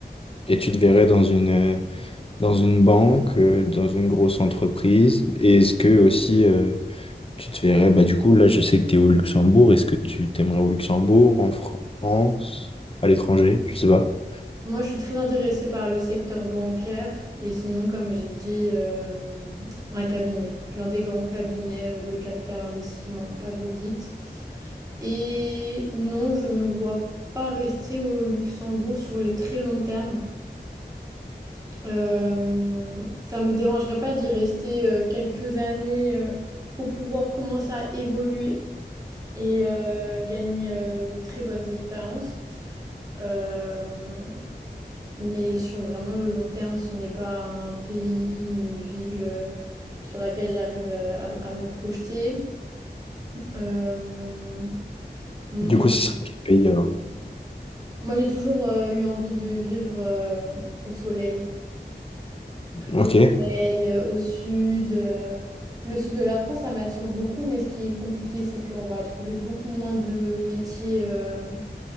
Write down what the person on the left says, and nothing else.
Et tu te verrais dans une, euh, dans une banque, euh, dans une grosse entreprise? Et est-ce que aussi euh, Tu te verrais, bah du coup, là, je sais que tu es au Luxembourg. Est-ce que tu t'aimerais au Luxembourg, en France, à l'étranger? Je sais pas.
Du coup, ce serait quel pays alors?
Ok,